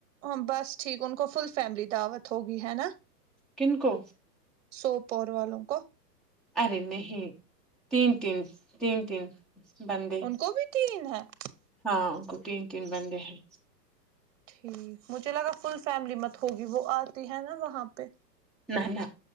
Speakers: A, on the right; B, in the centre.
A: ہاں بس ٹھیک ان کو فل فیملی دعوت ہوگی ہے نا
B: کن کو
A: سوپور والوں کو
B: ارے نہیں تین تین تین تین بندے
A: ان کو بھی تین ہیں ہ
B: ہاں ان کو تین تین بندے ہیں
A: ٹھیک مجھے لگا فل فیملی مت ہوگی وہ آتی ہے نا وہاں پہ
B: نہ نہ